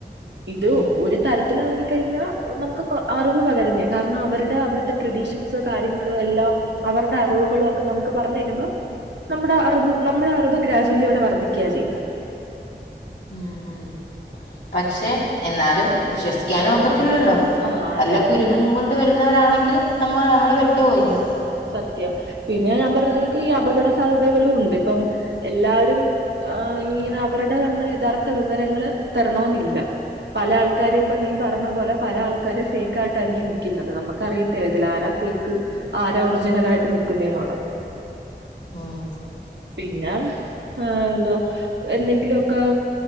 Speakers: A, on the right; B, on the left.
A: ഇത്
B: ഉം
A: ഒര് തരത്തിലതൊ കഴിഞ്ഞാ ഒ നമ്ക്ക് കൊ അറിവ് പകരുന്നേയ കാരണം അവര്ടെ അവിട്ത്തെ ട്രഡീഷൻസ് കാര്യങ്ങള് എല്ലാം അവർടെ അറിവ്കളൊക്കെ നമുക്ക് പറഞ്ഞ്ര്മ്പോ നമ്മ്ടെ അറിവ് നമ്മ്ടെ അറിവ് ഗ്രാജ്വലി അവ്ടെ വർദ്ധിക്ക്യാ ചെയ്യ്ന്നത്
B: ഉം ഉം പക്ഷെ എന്നാലും വിശ്വസിക്കാനാെക്കെ ത്തില്ലല്ലോ
A: ആ അതാ
B: വല്ല കുരുക്കും
A: പിന്നെ
B: കൊണ്ട് വരുന്നവരാണെങ്കി ങ്കില് നമ്മ നമ്മളെ പെട്ടു പോയില്ലൊ
A: സത്യം പിന്നെ ഞാൻ പർഞ്ഞലക്ക് ഈ അപകട സാധ്യതകളുണ്ട് ഇപ്പം എല്ലാ ആഹ് ഇങ്ങനെ അവരുടെ തന്നെ യഥാർത്ഥ വിവരങ്ങള് തരണോന്നില്ല പല ആൾക്കാരുപ്പ നീ പറഞ്ഞ പോലെ പല ആൾക്കാരും ഫേക്കായിട്ടായിരിക്കും നിക്കുന്നത് നമുക്കറിയത്തില്ല ഇതിലാരാ ഫേക്ക് ആര് ഒറിജിനലായിട്ട് നിക്കുന്നെന്നുള്ളത്
B: ഉം
A: പിന്നെ ഏന്തോ എന്തെങ്കിലൊക്കെ